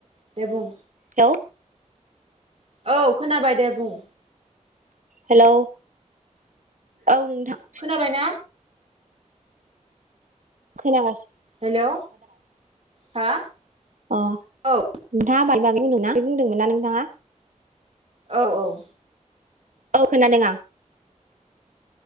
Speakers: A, on the right; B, on the right.
A: दे बुं।
B: हेलौ
A: औ खोनाबाय दे बुं।
B: हेल' औ नोंथां
A: खोनाबायना
B: खोनागासिनो।
A: हेलौ हा
B: अह
A: औ
B: नोंथाङा आबादनि बागै बे बुंदोंमोनना बे बुंदोंमोन ना नोंथाङा?
A: औ औ
B: औ खोनादों आं।